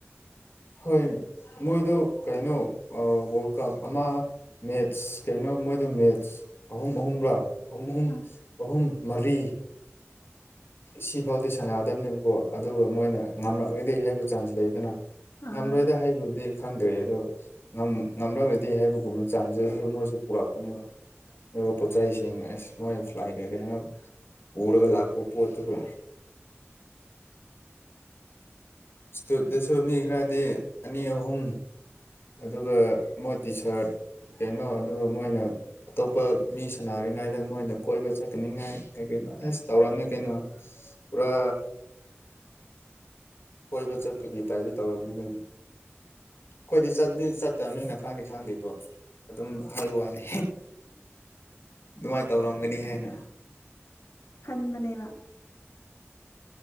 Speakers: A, on the left (about 55°); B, on the left (about 85°).
A: ꯍꯣꯏ ꯃꯣꯏꯗꯣ ꯀꯩꯅꯣ ꯋꯥꯔꯜ ꯀꯞ ꯑꯃ ꯃꯦꯠꯁ ꯀꯩꯅꯣ ꯃꯣꯏꯗ ꯃꯦꯠꯁ ꯑꯍꯨꯝ ꯑꯍꯨꯝꯔ ꯑꯍꯨꯝ ꯑꯍꯨꯝ
B: ꯑ
A: ꯑꯍꯨꯝ ꯃꯔꯤ ꯁꯤ ꯐꯥꯎꯗꯤ ꯁꯥꯟꯅꯗꯕꯅꯦꯕꯀꯣ ꯑꯗꯨꯒ ꯃꯣꯏꯅ ꯉꯝꯂꯛꯑꯗꯤ ꯍꯥꯏꯕ ꯆꯥꯟꯁ ꯂꯩꯗꯅ
B: ꯑꯥ
A: ꯉꯝꯂꯣꯏꯗ ꯍꯥꯏꯕꯕꯨꯗꯤ ꯈꯪꯗ꯭ꯔꯦ ꯑꯗꯣ ꯉꯝꯂꯒꯗꯤ ꯍꯥꯏꯕꯒꯨꯝꯕ ꯆꯥꯟꯁꯁꯨ ꯃꯣꯏꯁꯨ ꯄꯨꯔꯛꯄꯅꯦꯕ ꯑꯗꯨꯒ ꯄꯣꯠ ꯆꯩꯁꯤꯡ ꯑꯁ ꯃꯣꯏ ꯐ꯭ꯂꯥꯏ ꯀꯩꯀꯩꯅꯣ ꯄꯨꯔꯒ ꯂꯥꯛꯄ ꯄꯣꯠꯇꯨꯕꯨ ꯏꯁꯇꯨꯠꯗꯨꯁꯨ ꯃꯤ ꯈꯔꯗꯤ ꯑꯅꯤ ꯑꯍꯨꯝ ꯑꯗꯨꯒ ꯃꯣꯏ ꯇꯤ ꯁꯥꯔꯠ ꯀꯩꯅꯣ ꯑꯗꯨꯒ ꯃꯣꯏꯅ ꯑꯇꯣꯞꯄ ꯃꯤ ꯁꯥꯟꯅꯔꯤꯉꯩꯗ ꯃꯣꯏꯅ ꯀꯣꯏꯕ ꯆꯠꯀꯅꯤꯉꯥꯏ ꯀꯩꯒꯤꯅꯣ ꯑꯦꯁ ꯇꯧꯔꯝꯃꯤ ꯀꯩꯅꯣ ꯄꯨꯔꯥ ꯀꯣꯏꯕ ꯆꯠꯄꯒꯤꯗꯥꯥꯏꯗ <unintelligible> ꯇꯧꯔꯅꯤ ꯀꯩꯅꯣ ꯑꯩꯈꯣꯏꯗꯤ ꯆꯗꯤ ꯆꯠꯇꯕꯅꯤꯅ ꯈꯪꯗꯤꯈꯪꯗꯦꯀꯣ ꯑꯗꯨꯝ ꯍꯥꯏꯕ ꯋꯥꯅꯤ ꯑꯗꯨꯃꯥꯏꯅ ꯇꯧꯔꯝꯒꯅꯤ ꯍꯥꯏꯅ
B: ꯈꯟꯕꯅꯦꯕ